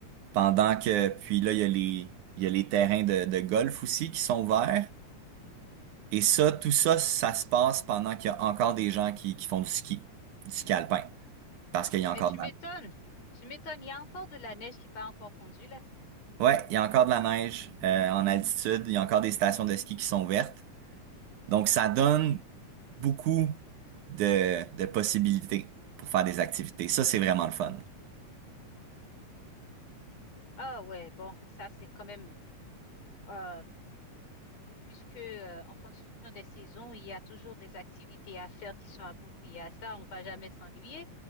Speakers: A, on the right; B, on the left.
A: Pendant que, puis là, il y a les, il y a les terrains de, de golf aussi qui sont ouverts. Et ça, tout ça, ça se passe pendant qu'il y a encore des gens qui, qui font du ski, du ski alpin, parce qu'il y a encore
B: Mais tu
A: de
B: m'étonnes,
A: la
B: tu m'étonnes. Il y a encore de la neige qui n'a pas encore fondu là.
A: Ouais, il y a encore de la neige euh, en altitude, il y a encore des stations de ski qui sont ouvertes. Donc, ça donne beaucoup de, de possibilités pour faire des activités. Ça, c'est vraiment le fun.
B: Ah ouais, bon, ça c'est quand même. euh, puisque euh, en fonction des saisons, il y a toujours des activités à faire qui sont appropriées à ça. On va jamais s'ennuyer.